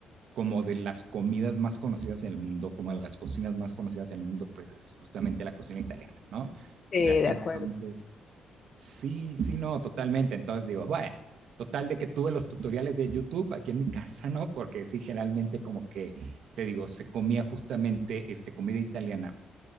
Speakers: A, on the right; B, on the left.
A: como de las comidas más conocidas en el mundo, como de las cocinas más conocidas en el mundo, pues es justamente la cocina italiana, ¿no? O
B: Eh,
A: sea,
B: de
A: entonces,
B: acuerdo.
A: sí, sí, no, totalmente. Entonces digo, bueno, total de que tuve los tutoriales de YouTube aquí en mi <laughs> casa, ¿no? Porque sí, generalmente como que, te digo, se comía justamente este, comida italiana